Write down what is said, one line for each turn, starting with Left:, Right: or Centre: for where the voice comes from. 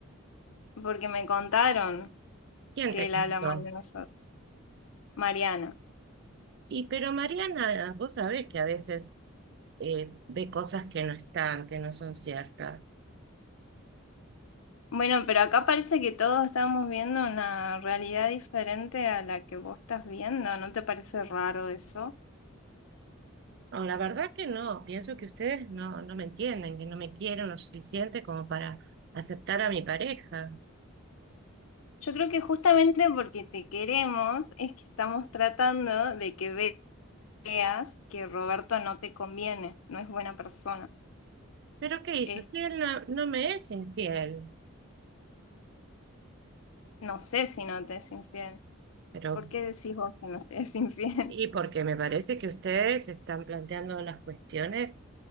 Left: porque me contaron
Right: ¿Quién
Left: que
Right: te
Left: él
Right: contó?
Left: habla mal de nosotros, Mariana.
Right: Y pero Mariana, vos sabés que a veces eh, ve cosas que no están, que no son ciertas.
Left: Bueno, pero acá parece que todos estamos viendo una realidad diferente a la que vos estás viendo, ¿no te parece raro eso?
Right: No, la verdad que no. Pienso que ustedes no, no me entienden, que no me quieren lo suficiente como para aceptar a mi pareja.
Left: Yo creo que justamente porque te queremos es que estamos tratando de que veas que Roberto no te conviene, no es buena persona.
Right: ¿Pero qué hizo?
Left: Es
Right: Si él no, no me es infiel.
Left: No sé si no te es infiel.
Right: Pero,
Left: ¿Por qué decís vos que no te es infiel?
Right: y
Left: <laughs>
Right: porque me parece que ustedes están planteando las cuestiones.